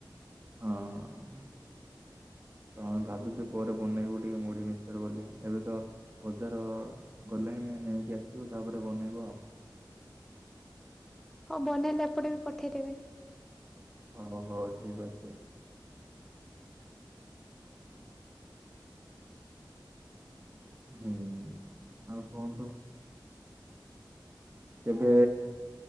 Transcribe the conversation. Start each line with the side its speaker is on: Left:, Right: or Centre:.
Right: ହଁ।
Centre: <inaudible>
Right: ତ ଆମେ ଭାବିଚୁ ପରେ ବନେଇବୁ ଟିକେ ମୁଢ଼ି ମିକ୍ସଚର ବୋଲି। ଏବେ ତ ବଜାର ଗଲେଣି ନେଇକି ଆସିବୁ ତାପରେ ବନେଇବୁ ଆଉ।
Centre: ହଁ ବନେଇଲେ ଏପଟେ ବି ପଠେଇଦେବେ।
Right: ହଁ ହଉ ଠିକ୍ ଅଛି। ହୁଁ, ଆଉ କୁହନ୍ତୁ। କେବେ